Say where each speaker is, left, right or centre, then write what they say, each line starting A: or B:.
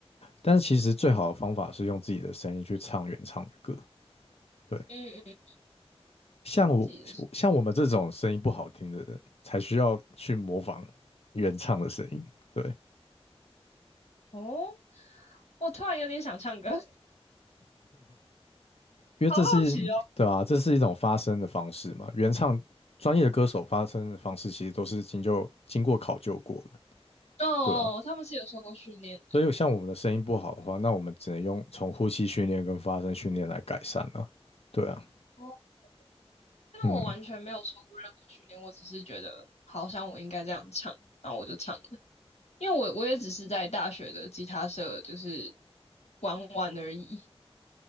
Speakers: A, on the left (about 70°); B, on the left (about 85°).
A: 但是其实最好的方法是用自己的声音去唱原唱的歌。对，
B: 嗯嗯，
A: 像我我像我们这种声音不好听的人，
B: 忘记了是
A: 才需要去模仿原唱的声音。对，
B: 哦，我突然有点想唱歌，<laughs> 好
A: 因为这是对啊，
B: 好奇哦。
A: 这是一种发声的方式嘛。原唱专业的歌手发声的方式其实都是经就经过考究过的。
B: 哦，
A: 对啊。
B: 哦，他们是有受过训练的，
A: 所以像我们的声音不好的话，那我们只能用从呼吸训练跟发声训练来改善了。对啊，
B: 哦但我完全没有受过任何训练，
A: 嗯，
B: 我只是觉得好像我应该这样唱，然后我就唱。因为我我也只是在大学的吉他社就是玩玩而已，